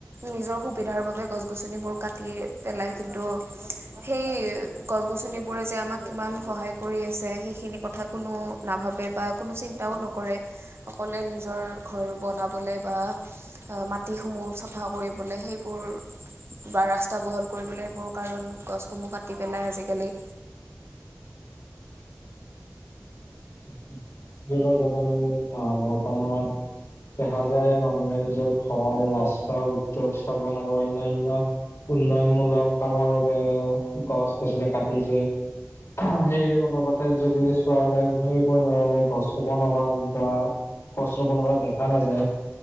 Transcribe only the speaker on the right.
নিজৰ সুবিধাৰ বাবে গছ-গছনিবোৰ কাটি পেলাই, কিন্তু সেই গছ-গছনিবোৰে যে আমাক কিমান সহায় কৰি আছে, সেইখিনি কথা কোনো নাভাবে বা কোনো চিন্তাও নকৰে, সকলোৱে নিজৰ ঘৰ বনাবলে বা মাটিসমূহ চাফা কৰিবলে সেইবোৰ বা ৰাস্তা বহল কৰিবলৈ, এইবোৰ কাৰণত গছসমূহ কাটি পেলাই আজিকালি।